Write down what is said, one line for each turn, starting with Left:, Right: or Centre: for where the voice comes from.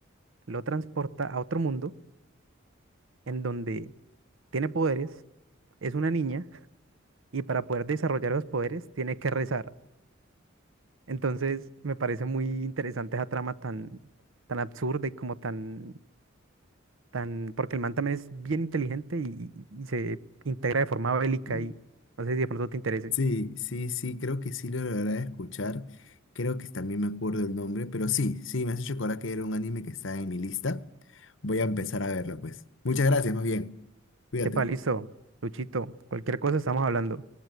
Right: lo transporta a otro mundo en donde tiene poderes, es una niña y para poder desarrollar los poderes tiene que rezar. Entonces me parece muy interesante esa trama tan, tan absurda y como tan, tan, porque el man también es bien inteligente y, y- y se integra de forma bélica
Left: Mm,
Right: y no sé si de pronto te interese.
Left: Sí, sí, sí, creo que sí lo lograré escuchar. Creo que también me acuerdo el nombre, pero sí, sí, me has hecho acordar que era un anime que está en mi lista. Voy a empezar a verlo, pues. Muchas gracias, más bien. Cuídate.
Right: Epa, listo, Luchito, cualquier cosa estamos hablando.